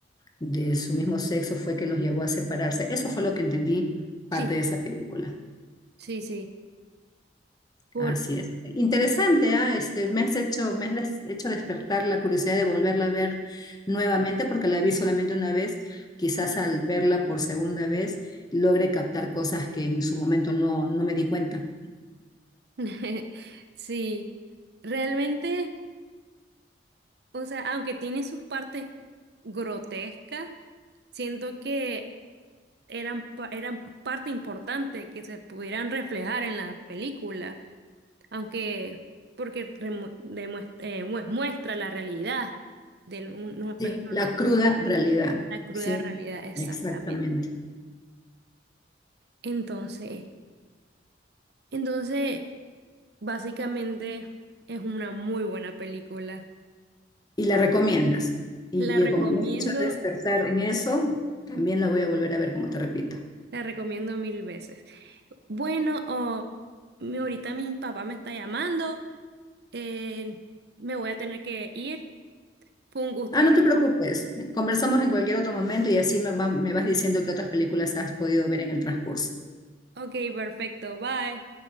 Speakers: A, on the left (about 20°); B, on the right (about 60°).
A: de su mismo sexo fue que los llevó a separarse. Eso fue lo que entendí parte
B: Sí,
A: de esa película.
B: sí, sí. Por...
A: Así es. Interesante, ah, Este, me has hecho, me has des- hecho despertar la curiosidad de volverla a ver nuevamente porque la vi solamente una vez. Quizás al verla por segunda vez logre captar cosas que en su momento no, no me di cuenta.
B: <laughs> Sí, realmente, o sea, aunque tiene sus partes grotescas, siento que eran, pa- eran parte importante que se pudieran reflejar en la película. aunque porque remu- demuest- eh, mue- muestra la realidad de un- una persona
A: Sí, la
B: de esa,
A: cruda realidad,
B: la cruda
A: sí,
B: realidad, exactamente.
A: exactamente.
B: Entonces, entonces, básicamente es una muy buena película.
A: Y la recomiendas. Y
B: La
A: yo
B: recomiendo,
A: como me he hecho despertar en eso, también la voy a volver a ver, como te repito.
B: la recomiendo mil veces. Bueno, o mi- ahorita mi papá me está llamando, eh, me voy a tener que ir. Fue un gusto
A: Ah,
B: hablar.
A: no te preocupes, conversamos en cualquier otro momento y así me, va- me vas diciendo qué otras películas has podido ver en el transcurso.
B: Ok, perfecto, bye.